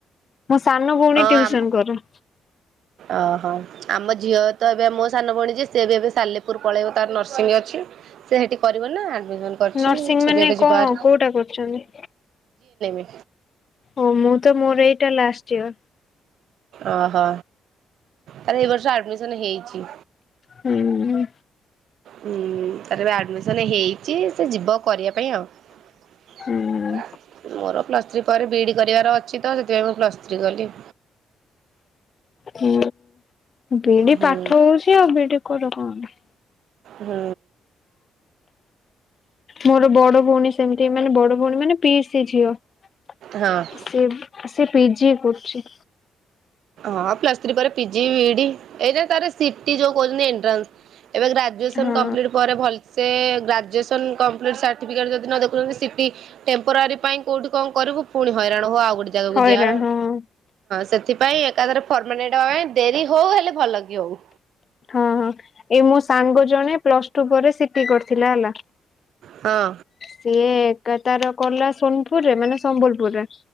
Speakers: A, on the left (about 30°); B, on the right (about 70°).
A: ସାନ ଭଉଣୀ
B: ହଁ
A: ଟ୍ୟୁସନ୍ କରେ।
B: ଓହୋ ଆମ ଝିଅ ତ ଏବେ ମୋ ସାନ ଭଉଣୀ ଯେ ସିଏ ବି ଏବେ ସାଲେପୁର ପଳେଇବ ତାର ନର୍ସିଂ ଅଛି ସେ ସେଠି କରିବ ନା ଆଡମିସନ କରିଛି
A: ନର୍ସିଂ
B: ସେ
A: ମାନେ
B: ବି ଏବେ ଯିବ
A: କଣ
B: ହାରି
A: କୋଉଟା କରୁଛନ୍ତି।
B: ହ।
A: ଓ ମୁଁ ତ ମୋର ଏଇଟା ଲାଷ୍ଟ। ଇୟର
B: ଓହୋ ତାର ଏ ବର୍ଷ ଆଡମିସନ ହେଇ। ଜି
A: ହୁଁ।
B: ହୁଁ ତାର ଏବେ ଆଡମିସନ ହେଇ ଯିଏ ସେ ଜୀବ କରିବା ପାଇଁ ଆଉ
A: ହୁଁ
B: ମୋର ପ୍ଲସ୍ ଥ୍ରୀ ପରେ ବିଇଡି କରିବାର ଅଛି ତ। ଯେ ମୁଁ ପ୍ଲାଷ ସ୍ତ୍ରୀ କଲି।
A: ହଁ ବିଡି
B: ହୁଁ
A: ପାଠ ହଉଛି ଆଉ ବିଡି କର କଣ?
B: ହୁଁ।
A: ମୋର ବଡ ଭଉଣୀ ସେମିତି ମାନେ ବଡ ଭଉଣୀ ମାନେ ପିଇସି ସେ ଝିଅ
B: ହଁ।
A: ସେ ସେ ପିଜି କରୁଛି।
B: ହଁ ପଲସ୍ ଥ୍ରୀ ପରେ ପିଜି ବିଇଡି ଏଇନା ତାର ସି ଟି ଯଉ କହୁଛନ୍ତି ଏଣ୍ଟ୍ରାନ୍ସ ଏବେ ଗ୍ରାଜୁଏସନ୍
A: ହଁ
B: କମ୍ପ୍ଲିଟ ପରେ ଭଲସେ ଏ ଗ୍ରା ଗ୍ରାଜୁଏସନ୍ କମ୍ପ୍ଲିଟ୍ ସାର୍ଟିଫିକେଟ୍ ଯଦି ନ ଦେଖୁଛନ୍ତି ସିଟି ଟେମ୍ପୋରାରୀ ପାଇଁ କୋଉଠି କଣ କରିବୁ ପୁଣି ହଇରାଣ ହ ଆଉ ଯାଗାକୁ
A: ହଇରାଣ
B: ଯା
A: ହଁ
B: ସେଥିପାଇଁ ଭାଇ ଏକାଥରେ ଫ ମାନେ ଏ ଟାଏ ଏଁ ଡେରି ହଉ ହେଲେ ଭଲ କି ହଉ।
A: ହଁ ହଁ ଏଇ ମୋ ସାଙ୍ଗ ଜଣେ ପ୍ଲସ ଟୁ ପରେ ସିଟି କରିଥିଲା ହେଲା
B: ହଁ
A: ସିଏ ଏକା ତାର କଲା ସୋନପୁରରେ ମାନେ ସମ୍ବଲପୁରରେ।